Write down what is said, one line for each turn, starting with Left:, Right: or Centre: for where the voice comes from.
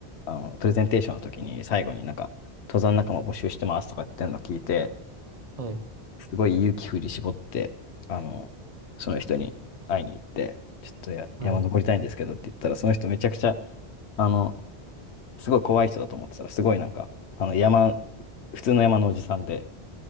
Left: あの、プレゼンテーションの時に最後になんか、登山仲間募集してますとか言ってんの聞いて、
Right: はい、
Left: すごい勇気振り絞って、あの、その人に会いに行って、ちょっとや山登りたいんですけどって言ったら、
Right: はい、
Left: その人めちゃくちゃ、あの、すごい怖い人だと思ってたら、すごいなんか、あの、山、普通の山のおじさんで、